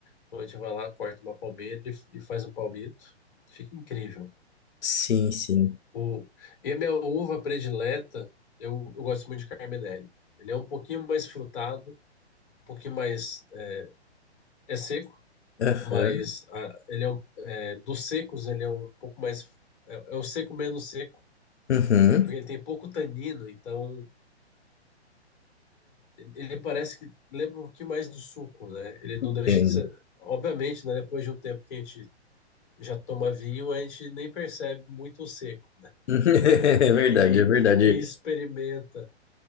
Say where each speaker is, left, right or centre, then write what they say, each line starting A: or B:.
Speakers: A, on the left; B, on the left.
A: Então a gente vai lá, corta uma palmeira e, e faz um palmito. Fica incrível.
B: Sim, sim.
A: O, e a minha uva predileta, eu, eu gosto muito de Carmedelli. Ele é um pouquinho mais frutado, um pouquinho mais. É é seco,
B: Aham.
A: mas ah, ele é, um- é, dos secos, ele é um pouco mais. É, é o seco menos seco,
B: Uhum.
A: porque ele tem pouco tanino, então ele parece que lembra um pouquinho mais do suco, né? Ele não
B: Entendo.
A: deixa de ser. Obviamente, né, depois de um tempo que a gente já toma vinho, a gente nem percebe muito o seco,
B: <laughs> É
A: porque
B: verdade,
A: quem,
B: é verdade.
A: quem experimenta